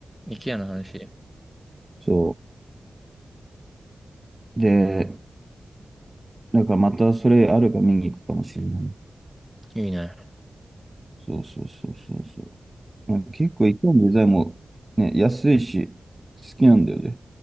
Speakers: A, in the centre; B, on the right.
A: イケアの話。
B: そう。で、だからまたそれあるか見に行くかもしれないね。
A: いいね。
B: そうそうそうそうそう。なんか結構いかにデザインもね、安いし、好きなんだよね。